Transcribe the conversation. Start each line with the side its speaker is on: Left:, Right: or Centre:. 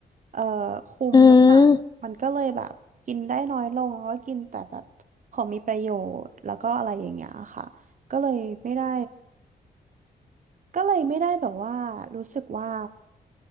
Right: เอ่อคุมน้ำหนักมันก็เลยแบบกินได้น้อยลงแล้วก็กินแต่แบบของมีประโยชน์แล้วก็อะไรอย่างเงี้ยค่ะ
Left: อืม
Right: ก็เลยไม่ได้ก็เลยไม่ได้แบบว่ารู้สึกว่า